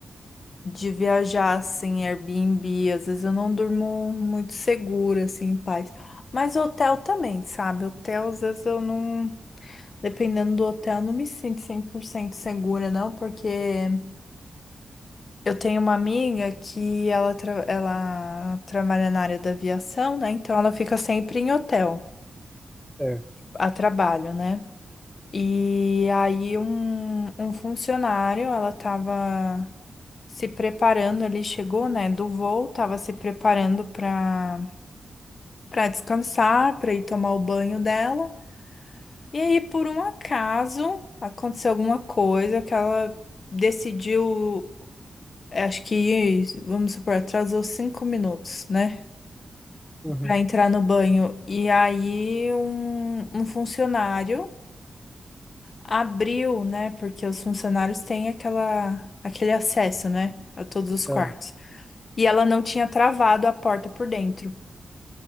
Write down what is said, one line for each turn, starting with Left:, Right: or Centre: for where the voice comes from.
Left: de viajar, assim, Airbnb. Às vezes eu não durmo muito segura, assim, em paz. Mas hotel também, sabe? Hotel, às vezes eu não. Dependendo do hotel, eu não me sinto 100% segura, não, porque. Eu tenho uma amiga que ela, tra- ela trabalha na área da aviação, né? Então ela fica sempre em hotel,
Centre: É.
Left: a trabalho, né? E aí um, um funcionário, ela tava se preparando, ele chegou, né, do voo, tava se preparando para para descansar, para ir tomar o banho dela. E aí por um acaso aconteceu alguma coisa que ela decidiu, acho que, vamos supor, atrasou cinco minutos, né?
Centre: Uhum.
Left: para entrar no banho. E aí um, um funcionário abriu, né? Porque os funcionários têm aquela, aquele acesso, né? A todos os quartos.
Centre: É.
Left: E ela não tinha travado a porta por dentro.